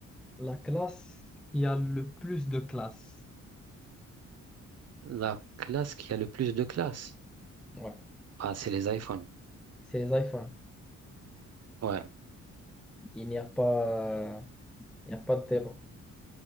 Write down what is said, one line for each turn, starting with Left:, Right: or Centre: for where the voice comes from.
Centre: la classe qui a le plus de classe?
Right: La classe qui a le plus de classes,
Centre: Ouais.
Right: bah, c'est les iPhones.
Centre: C'est les iPhones.
Right: Ouais.
Centre: Il n'y a pas, euh, il n'y a pas de débat.